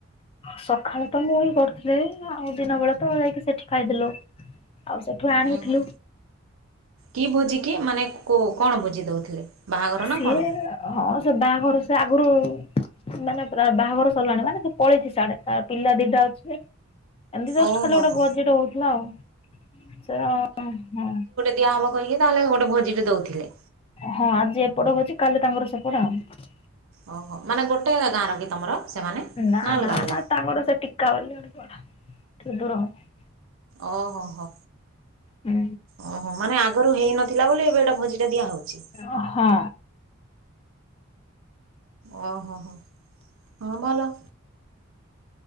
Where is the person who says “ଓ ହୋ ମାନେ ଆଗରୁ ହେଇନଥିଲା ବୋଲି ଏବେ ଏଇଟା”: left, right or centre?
Right